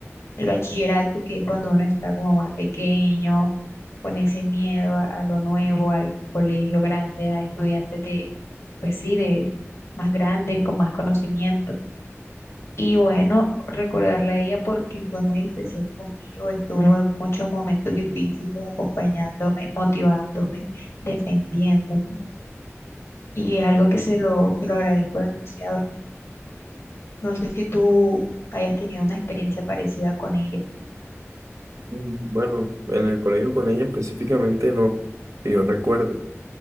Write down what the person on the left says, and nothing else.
el bachillerato, que es cuando uno está como más pequeño, con ese miedo a, a lo nuevo, al colegio grande, a estudiantes de, pues sí, de más grandes, con más conocimiento. Y bueno, recordarla a ella porque fue muy especial conmigo, estuvo en muchos momentos difíciles acompañándome, motivándome, defendiéndome. Y es algo que se lo, se lo agradezco demasiado. No sé si tú hayas tenido una experiencia parecida con ella.